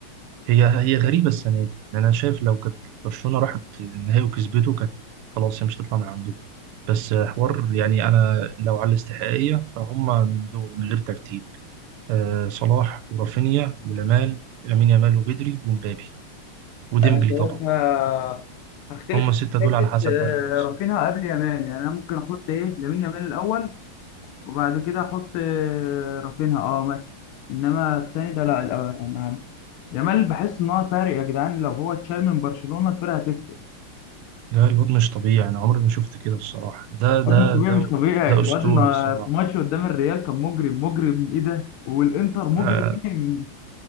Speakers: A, on the right; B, on the left.
A: هي هي غريبه السنه دي يعني انا شايف لو كانت برشلونه راحت النهائي وكسبته كانت خلاص هي مش هتطلع من عندهم بس حوار يعني انا لو على الاستحقاقيه فهم من دول من غير ترتيب آه صلاح ورافينيا ولامال لامين يامال وبدري ومبابي وديمبلي
B: انا شايفها
A: طبعا
B: هختلف
A: هم
B: معاك
A: السته
B: في
A: دول على
B: حته
A: حسب
B: آه،
A: بقى اللي هيحصل
B: رافينها قبل يامال يعني انا ممكن احط ايه لامين يامال الاول وبعد كده احط آه، رافينها اه مثلا انما التاني ده لا الأول اهم يامال بحس ان هو فارق يا جدعان لو هو اتشال من برشلونة الفرقة هتفرق
A: لا الواد مش طبيعي انا عمري ما شفت كده الصراحه ده ده
B: الواد مش طبيعي
A: ده
B: مش طبيعي
A: ده
B: الواد
A: اسطوري
B: النا-
A: صراحه
B: في ماتش قدام الريال كان مجرم مجرم ايه ده والانتر مجرم
A: آه
B: إيه؟